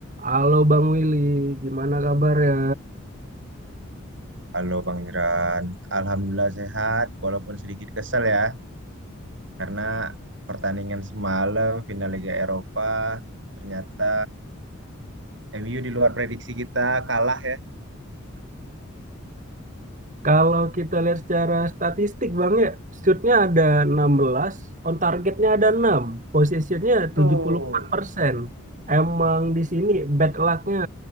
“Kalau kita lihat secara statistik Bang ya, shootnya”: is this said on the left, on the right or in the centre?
Right